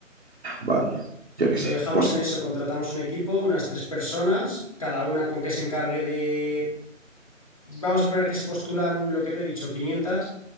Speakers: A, on the right (about 50°); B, on the left (about 25°).
A: Vale, yo qué
B: Lo
A: sé.
B: dejamos
A: Pues...
B: en eso, contratamos un equipo, unas tres personas, cada una con que se encargue de... Vamos a poner que se postulan lo que te he dicho, quinientas